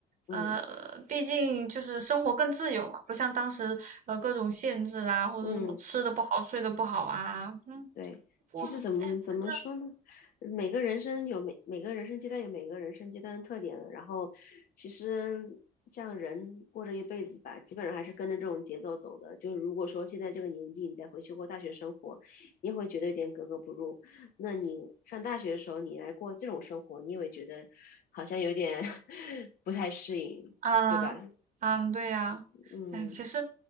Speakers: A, on the left (about 60°); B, on the right (about 50°).
A: 嗯
B: 呃，毕竟就是生活更自由嘛，不像当时呃各种限制啊，或者什么吃的不好、
A: 嗯。
B: 睡的不好啊，嗯，
A: 对，
B: 不过哎，
A: 其实怎么怎么说呢？
B: 反正
A: 每个人生有每每个人生阶段有每个人生阶段的特点，然后其实像人过这一辈子吧，基本上还是跟着这种节奏走的。就是如果说现在这个年纪你再回去过大学生活，你也会觉得有点格格不入。那你上大学的时候你来过这种生活，你也会觉得好像有点 <laughs> 不太适应，
B: 啊，
A: 对吧？
B: 嗯，对呀，
A: 嗯
B: 哎，其实，